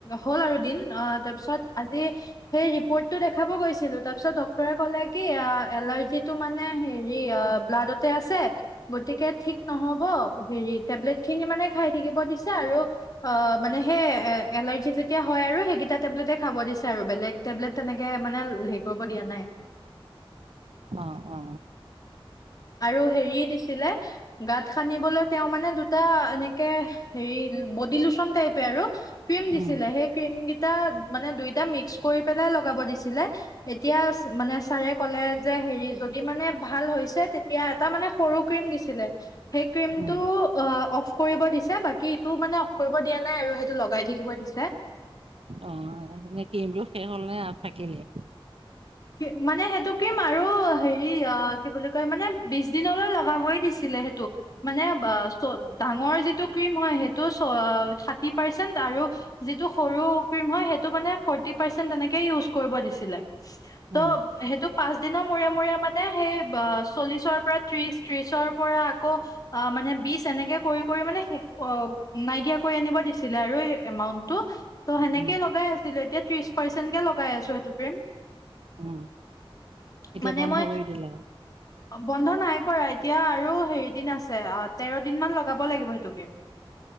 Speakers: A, on the left; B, on the right.
A: হ'ল আৰু দিন, অ', তাৰপিছত আজি সেই ৰিপৰ্টটো দেখাব গৈছিলোঁ, তাৰপিছত ডক্টৰে ক'লে কি অ এলাৰ্জিটো মানে হেৰি অ ব্লাডতে আছে গতিকে ঠিক নহ'ব, হেৰি টেবলেটখিনি মানে খাই থাকিব দিছে আৰু অ, মানে সেই এ এলাৰ্জি যেতিয়া হয় আৰু সেইকেইটা টেবলেট খাব দিছে আৰু বেলেগ টেবলেট তেনেকে মানে হেই কৰিব দিয়া নাই।
B: অ, অ।
A: আৰু হেৰি দিছিলে গাত সানিবলৈ তেওঁ মানে দুটা এনেকে হেৰি বডি লোচন টাইপে আৰু। ক্ৰীম দিছিলে।
B: উম
A: সেই ক্ৰীমকিটা মানে দুইটা মিক্স কৰি পেলাই লগাব দিছিলে। এতিয়া মানে ছাৰে ক'লে যে হেৰি যদি মানে ভাল হৈছে তে তিয়া এটা মানে সৰু ক্ৰীম দিছিলে। সেই ক্ৰীমটো
B: উম
A: অ অফ কৰিব দিছে। বাকী ইটো মানে অফ কৰিব দিয়া নাই আৰু সে টো লগাই থাকিবই দিছে।
B: অ, নে ক্ৰীমটো শেষ হ'ল নে আৰু থাকিলেই?
A: কি মানে সেইটো ক্ৰিম আৰু হেৰি অ কি বুলি কয় মানে বিছ দিনলৈ লগাবই দিছিলে সেইটো, মানে অ চ ডাঙৰ যিটো ক্ৰীম হয় সে টো চ ষাঠি পাৰ্চেণ্ট আৰু যিটো সৰু ক্ৰীম হয় সেইটো মানে ফৰটি পাৰ্চেণ্ট তেনেকে ইউচ কৰিব দিছিলে। ত
B: উম
A: সেইটো পাঁচদিনৰ মূৰে মূৰে মানে সেই ব চল্লিছৰ পৰা ত্ৰিছ, ত্ৰিছৰ পৰা আকৌ আ মানে বিছ এনেকে কৰি, কৰি মানে শেষ অ নাইকিয়া কৰি আনিব দিছিলে আৰু এ এমাউন্টটো, ত' সেনেকে
B: উম
A: লগাই আছিলো। এতিয়া ত্ৰিছ পাৰ্চেন্টকে লগাই আছো সেইটো ক্ৰীম।
B: উম। এতিয়া
A: মানে
B: বন্ধ
A: মই
B: কৰি দিলে
A: বন্ধ নাই কৰা। এতিয়া আৰু হেৰি দিন আছে, অ তেৰ দিনমান লগাব লাগিব সেইটো ক্ৰীম।